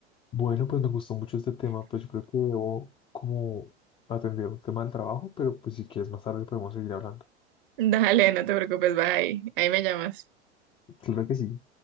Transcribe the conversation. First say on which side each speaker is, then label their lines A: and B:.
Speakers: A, on the left; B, on the right.
A: Bueno, pues me gustó mucho este tema, pues yo creo que debo como atender un tema del trabajo, pero pues si quieres más tarde podemos seguir hablando.
B: Dale, no te preocupes, bye. Ahí me llamas.
A: Claro que sí.